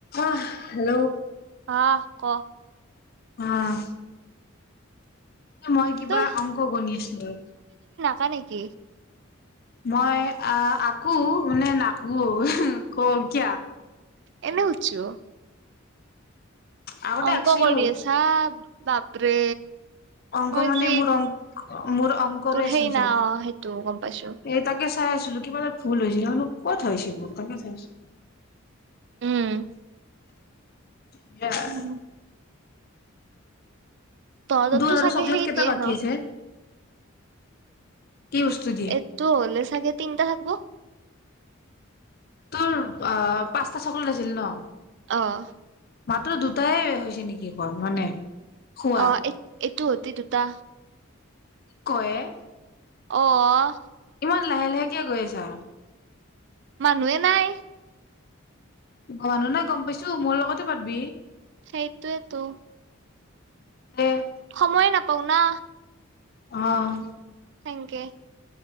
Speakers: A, on the left; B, on the right.
A: আহ হেল্ল'
B: আহ ক
A: আহ মই কিবা
B: তই
A: অংক গণিছো
B: কা নেকি?
A: মই আ আকো মানে নাকো। ক কিয়া।
B: এনে সুধছোঁ।
A: আগতে
B: অংক
A: আঁকিছিলো
B: কৰি আছা? বাপৰে।
A: অংক
B: মই
A: মানে
B: যি
A: মোৰ অ' মোৰ অংকৰে
B: তোৰ সেই
A: চোন
B: না
A: চব,
B: অ সেইটো গম পাইছো
A: এই তাকে চাই আছিলো কি, কিবা এটা ভুল হৈছিল জানোঁ ক'ত হয়ছে ভুল তাকেই চাই আছোঁ।
B: উম,
A: <unintelligible>
B: উম তহততো
A: দূধ আৰু
B: চাগে
A: চকলেট
B: সেই
A: কেইটা
B: দিয়ে
A: বাকী
B: ন
A: আছে? কি বস্তু দিয়ে
B: এইটো হলে ছাগে তিনটা থাকব।
A: তোৰ অ 'পাঁচটা চকলেট আছিল ন?
B: অহ, -
A: মাত্ৰ দুটাই হৈছে নেকি কল মানে। খোৱা
B: অ' এইটোত? তি - দুটা,
A: কি কয়ে -
B: অহ,
A: ইমান লাহে- লাহে কিয় গৈ আছা?
B: মানুহে নাই।
A: মানুহ নাই গম পাইছো মোৰ লগতে পাতবি,
B: সেইটোৱেটো, -
A: <unintelligible>
B: সময়ে নাপাওঁ না।
A: অহ,
B: হেংকে।